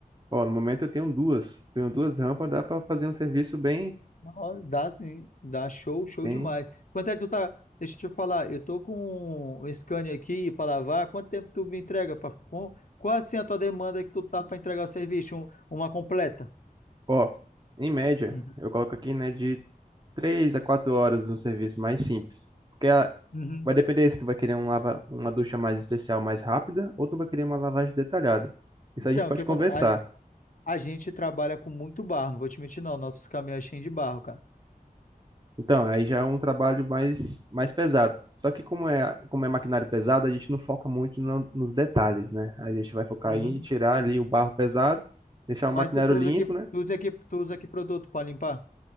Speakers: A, on the right; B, on the left.
A: Ó, no momento eu tenho duas, tenho duas rampas, dá pra fazer um serviço bem,
B: Não, dá sim, dá show, show
A: bem,
B: demais. Quanto é que tu tá, deixa eu te falar, eu tô com um Scania aqui pra lavar, quanto tempo tu me entrega? Pra, com, qual assim a tua demanda que tu tá pra entregar o serviço, um- uma completa?
A: Ó, em média,
B: Uhum,
A: eu coloco aqui, né, de 3 a 4 horas no serviço mais simples. Porque a-
B: uhum.
A: vai depender se tu vai querer um lava, uma ducha mais especial, mais rápida, ou tu vai querer uma lavagem detalhada. Isso
B: Então,
A: a gente pode
B: o que acontece?
A: conversar.
B: A, a gente trabalha com muito barro, não vou te mentir, não. Nossos caminhões cheios de barro, cara.
A: Então, aí já é um trabalho mais, mais pesado. Só que como é, como é maquinário pesado, a gente não foca muito no- nos detalhes, né? A gente vai focar
B: Uhum.
A: em tirar ali o barro pesado, deixar
B: Mas
A: o maquinário
B: tu, tu
A: limpo,
B: usa que,
A: né?
B: tu usa que, tu usa que produto para limpar?